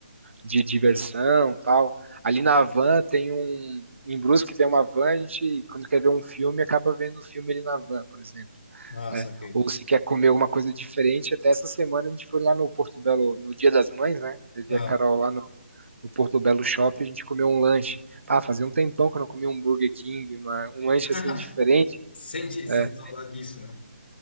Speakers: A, on the right; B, on the left.
A: de diversão, tal, ali na van tem um em Brusque tem uma van, a gente quando quer ver um filme, acaba vendo o filme ali na van, por exemplo,
B: Ah,
A: né.
B: saquei.
A: Ou se quer comer alguma coisa diferente, até essa semana a gente foi lá no Porto Belo no Dia das Mães, né, levei
B: Aham.
A: a Carol lá no no Porto Belo Shopping, a gente comeu um lanche. Ah, fazia um tempão que eu não comia um Burger King, uma um lanche,
B: <laughs>
A: assim, diferente.
B: Sente, sente
A: É,
B: saudade disso, né?